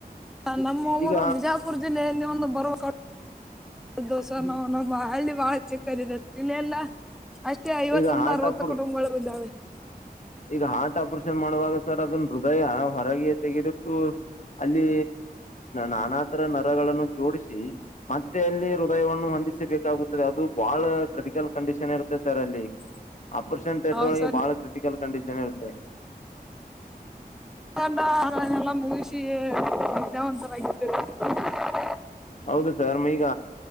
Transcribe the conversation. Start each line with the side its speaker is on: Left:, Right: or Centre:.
Centre: ನಮ್ಮ
Left: ಈಗ
Centre: ಊರು ಬಿಜಾಪುರ ಜಿಲ್ಲೆಯಲ್ ಹಿಂದೆ ಮುಂದೆ ಬರುವ ಸಾಗು! <inaudible> ಇದು ಸಿಮ್ ಅವನೊಬ್ಬ ಅಲ್ಲಿ ಬಾಲ ಚಿಕ್ಕವನು ಇಲ್ಲ ಇಲ್ಲ! <inaudible> ಅದಕ್ಕೆ ಐವತ್ತರಿಂದ
Left: ಈಗ ಹಾರ್ಟ್
Centre: ಅರವತ್ತು
Left: ಆಪರ್
Centre: ಡುಮ್ಮುಗಳು ಇವೆ. <inaudible>
Left: ಈಗ ಹಾರ್ಟ್ ಆಪರೇಷನ್ ಮಾಡುವಾಗ ಸರ್ ಅದನ್ ಹೃದಯ ಹೊರಗೆ ತೆಗೆದಿಟ್ಟು? <inaudible> ಅಲ್ಲಿ ನಾನಾ ತರ ನರಗಳನ್ನು ಜೋಡಿಸಿ. <inaudible> ಮತ್ತೆ ಅಲ್ಲಿ ಹೃದಯವನ್ನು ಹೊಂದಿಸಿಬೇಕಾಗುತ್ತದೆ! ಅದು ಬಹಳ ಕ್ರಿಟಿಕಲ್ ಕಂಡೀಷನ್ ಇರುತ್ತೆ ಸರ್ ಅಲ್ಲಿ.
Centre: <unintelligible>
Left: <inaudible>
Centre: <inaudible>
Left: ಆಪರೇಷನ್ ಥೇಟರ್
Centre: ಹೌದು
Left: ಒಳಗೆ
Centre: ಸರ್
Left: ಬಹಳ ಕ್ರಿಟಿಕಲ್ ಕಂಡೀಷನ್ ಇರುತ್ತೆ.. <inaudible>
Centre: ಓನಂದ ಅದನ್ನೆಲ್ಲ ಮುಗಿಸಿ ಒಂತರಾ ಆಗ್ಬಿಟ್ಟಿ... <unintelligible>
Left: ಹೌದು ಸರ್ ಈಗ